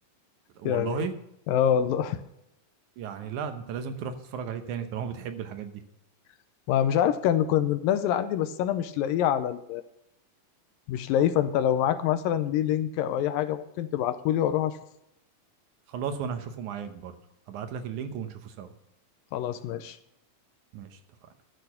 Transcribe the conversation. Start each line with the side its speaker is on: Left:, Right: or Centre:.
Right: والله
Left: يعني اه والله
Right: يعني لا انت لازم تروح تتفرج عليه تاني طالما بتحب الحاجات دي
Left: <laughs> ما مش عارف كان كنت منزل عندي بس انا مش لاقيه على ال... مش لاقيه فانت لو معاك مثلا ليه لينك او اي حاجه ممكن تبعتهولي واروح اشوف
Right: خلاص وانا هشوفه معاك برضو هبعت لك اللينك ونشوفه سوا
Left: خلاص ماشي
Right: ماشي اتفقنا